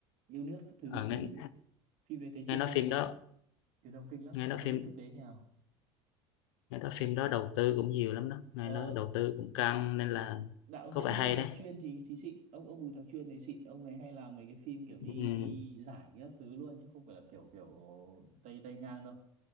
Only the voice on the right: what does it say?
yêu nước các thứ
thứ phim đấy thấy
truyền
thông
truyền thông kinh lắm
mà
không
biết thực tế như nào
Ờ,
đạo
diễn
Bùi Thạc
Chuyên thì thì xịn ông ông Bùi Thạc Chuyên này xịn ông này hay làm mấy cái phim kiểu
đi đi giải các thứ luôn chứ không phải là kiểu kiểu tay tay ngang đâu